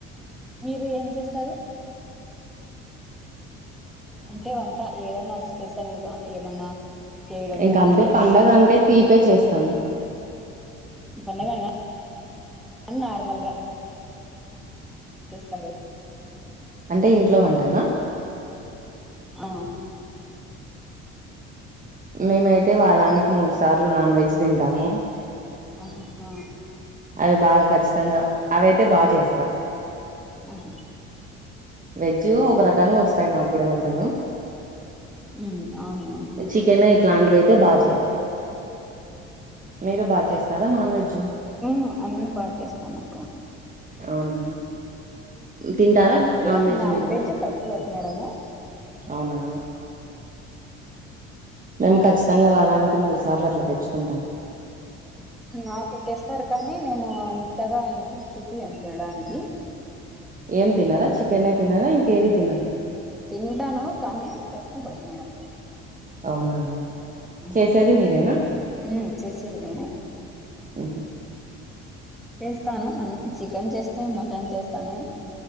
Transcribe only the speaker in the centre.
మీరు ఏం చేస్తారు అంటే వంట ఏదైనా స్పెషల్ గా ఏమన్నా చేయడము
అట్లా
పండగ లా నార్మలగా చేస్తారు
ఆ
ఉమ్
ఆహా ఆ
అహు
ఉ అవునా అండి
ఉమ్ అన్నీ బా చేస్తానుక్క
అయితే
నాన్
వెెజ్
తక్కువ తిన్నడాము
నాకు తెస్తారు కానీ నేను అంతగా ఇంట్రెస్ట్ చూపియ్యను తినడానికి
తింటాను కానీ తక్కువ తినడం
ఉమ్
ఉమ్ చేసేది నేను
చేస్తాను అన్ని చికెన్ చేస్తా మటన్ చేస్తాను